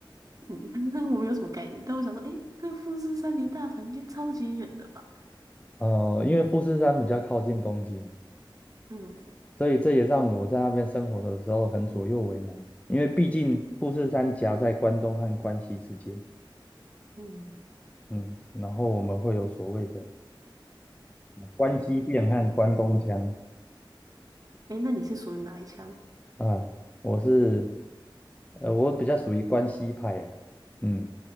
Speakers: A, on the right (about 45°); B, on the left (about 15°).
A: <laughs> 那我没有什么概念。但我想说，诶，那富士山离大阪应该超级远的吧？
B: 哦，因为富士山比较靠近东京，
A: 嗯
B: 所以这也让我在那边生活的时候很左右为难。因为毕竟富士山夹在关东和关西之间，
A: 嗯，
B: 嗯，然后我们会有所谓的关西变和关东腔，
A: 诶，那你是属于哪一枪？
B: 啊，我是，呃，我比较属于关西派呀、嗯，